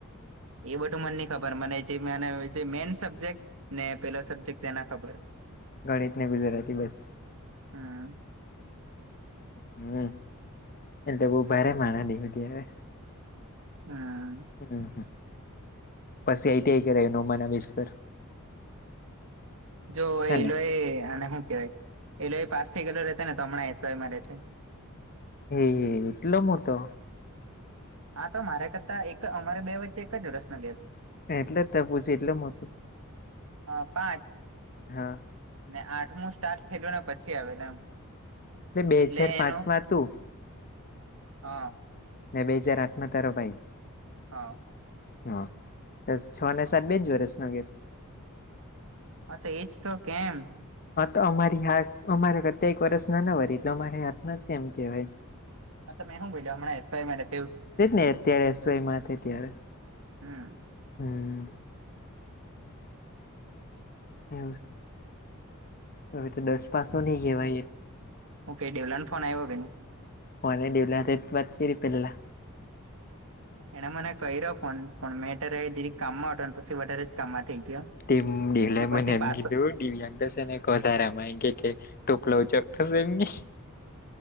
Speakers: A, on the right; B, on the left.
A: એ બધું મને નઈ ખબર મને જે મને જે મેન સબ્જેક્ટ ને પેલો સબ્જેક્ટ તેના ખબર
B: ગણિતને ગુજરાતી બસ
A: હા.
B: હમ્મ એટલે બહું ભારે માણસની હતી હે
A: હા.
B: હમ્મ પછી આઈ ટી આઈ કરાયું નવ માં ના બેઝ પર
A: જો એલોય
B: હેને
A: અને શું કેવાય એલો એ પાસ થઈ ગયેલો રહેતો ને તો હમણાં એસવાયમાં રહે છે
B: એ એટલો મોટો
A: હા તો મારે કરતાં એક અમારે બે વચ્ચે એક જ વરસ ના ગેપ છે.
B: એટલે જ ત્યાં પુછી એટલે મુ
A: હા પાંચ
B: હા.
A: ને આઠમું સ્ટાર્ટ થેલું ને પછી આવે એમ.
B: બે
A: એટલે
B: હજાર
A: એનું
B: પાંચમાં તું
A: હા.
B: ને બે હજાર આઠ માં તારો ભાઈ
A: હા.
B: હા છ ને સાત બેજ વર્ષનો ગેપ
A: હા તે એજ તો કેમ
B: હા તો અમારી હાથ અમારે કરતે એક વરષ ના ના હોય એટલે અમારે હાથમાં છે એમ કેવાય.
A: હા ત મેં શું બોલ્યો હમણા એસઆઈ મે રે
B: જ ને અત્યારે એસ વાયમાં ત્યારે
A: હમ
B: હમ્મ. હમ્મ એવું હવે તો દસ પાસ નહી કેહેવાય
A: ઓકે ડેવલાને ફોન આવ્યો કે નઈ
B: ફોન ને દેવલા તે વાત ફીરી પેલા
A: એને મને ક્યો ફોન પણ મેં અત્યારે દીરીક કામમાં હતો ને પછી વધારે જ કામમાં થઇ ગયો.
B: તે ડેલાય
A: ને પછી
B: મને એમ
A: પાછો
B: કીધું. દિયાશે ને વધારામાં કે ટોકલા ઉ ચકશે એમને.